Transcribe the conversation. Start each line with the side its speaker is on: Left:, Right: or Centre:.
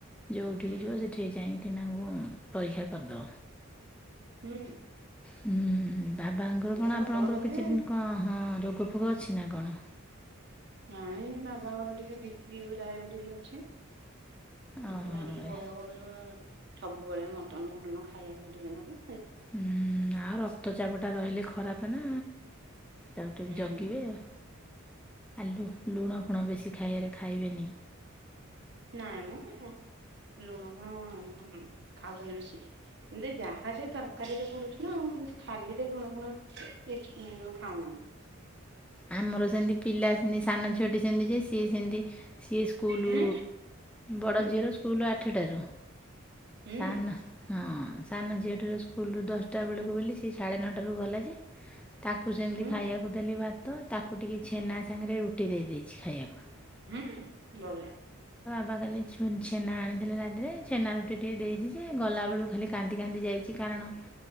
Centre: ଯେଉଁଠିକି
Right: ହୁଁ
Centre: ଯିବ ସେଠିାଇଁି ହ ତାଇକ୍ଷା କରଦ
Right: ହୁଁ
Centre: ହୁଁ ବାବାଙ୍କର
Right: ଏଇଟା
Centre: କଣ
Right: ସତ
Centre: ଆପଣଙ୍କର
Right: କଥା
Centre: କିଛି
Right: ଯେ
Centre: କଣ ହଁ ରୋଗ କୃପୋଗ ଅଛି ନା କଣ
Right: ନାଇଁ ମା ବାଙ୍କର ଟିକେ ବି ପି ଡାଇବେଟିସ୍ ଅଛି ସେଥିପାଇଁ
Centre: ଓହୋ
Right: ଟିକେ ବୟ
Centre: ଏ
Right: କର ସବୁବେଳେ ମଟନ ଫଟନ ଖାଇବାକୁ ଦେିବେ ନାବ
Centre: ହୁଁ ଆଉ ରକ୍ତ ଚାାପ ଟା ରହିଲେ ଖରାପ ନା ତାକୁ
Right: ହୁଁ
Centre: ଟିକ ଜଗିବେ ଆଉ ଆଲୁ ଲୁଣ ଆ କପଣ ବେଶୀ ଖାଇବାରେ ଖାଇବେନି
Right: ନାଇଁ ମୁଁ ଲୁଣ ଫଣ ଖାଉଛନ୍ତି ବେଶୀ ଏ ଜାହାଜ ତରକାରୀରେ ପଡୁଛିୁ ନା ଖାଲିରେ ଲୁଣବୁଣ ଯୋଉ ଖାଉନାହାନ୍ତି
Centre: ଆମର ସେମିତି ପିଲା ସେମିତି ସାନ ଛୁଅଟି ସେମିତି ଯେ ସିଏ ସେମତି ସିଏ ସ୍କୁଲ
Right: ହୁଁ
Centre: ବଡ଼
Right: ହୁଁ
Centre: ଝିଅର ସ୍କୁଲ ଆଠଟାରୁ
Right: ହୁଁ
Centre: ସ ହଁ ସାନ ଝିଅଟିର ସ୍କୁଲରୁ ଦଶଟା ବେଳକୁ ବୋଲିଲି ସି ସାଢ଼େ ନଅଟାରୁ ଗଲା ଯେ ତାକୁ ସେମିତି
Right: ହୁଁ
Centre: ଖାଇବାକୁ ଦେଲି ଭାତ ତାକୁ ଟିକେ ଛେନା ସାଙ୍ଗରେ ରୁଟି ଦେଇ ଦେଇେଇଛି ଖାଇବାକୁ
Right: ହୁଁ ବ
Centre: ାାଲି ଛେନା ଆଣିଥିଲେ ରାତିରେ ଛେନା ରୁଟି ଟିକେ ଦେଇଛି ଯେ ଗଲାବେଳକୁ ଖାଲି କାନ୍ଦି କାନ୍ଦି ଯାଇଛି କାରଣ